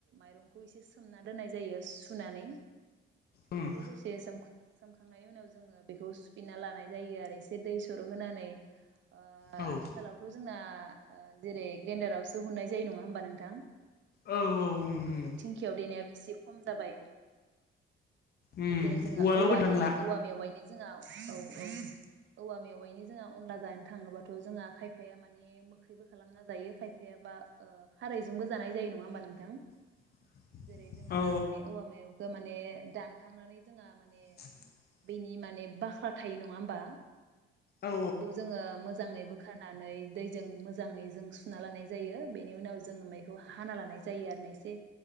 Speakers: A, on the right; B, on the left.
A: माइरंखौ एसे सोमना दोननाय जायो सुनानै।
B: उम
A: बेखौ दसे सोम सोमखांनायनि उनाव जोङो बेखौ सुफिनना लानाय जायो आरो ए से दै सर' होनानै ओ
B: औ
A: आथिखालावथ' जोंना ओ जेरै ग्रेनडारावसो हुननाय जायो नङा होमबा नोंथां।
B: औ
A: जेरैथ'
B: उम उम
A: धिंखियाव देनायाबो एसे खम जाबाय।
B: उम
A: दिनै जोंहा
B: उवालाव
A: औवानि
B: बोदांला
A: औवा मेवाइनि जोंहा औ औ औवा मेवाइनि जोंहा अनला जानो थाङोबाथ' जोंहा खायफाया माने मोखैबो खालामना जायो खायफाया बा ओ खारैजोंबो जानाय जायो नङा होमबा नोंथां?
B: <inaudible>
A: जेरै जोंहा
B: औ
A: माने औवा मेयावखो माने दानखांनानै जोंहा माने
B: <inaudible>
A: बेनि माने बाख्ला थायो नङा होमबा
B: औ
A: बेखौ जोङो मो जाङै बोखारनानै दैजों मोजाङै जों सुना लानाय जायो बेनि उनाव जोङो मैखौ हाना लानाय जायो आरो ना एसे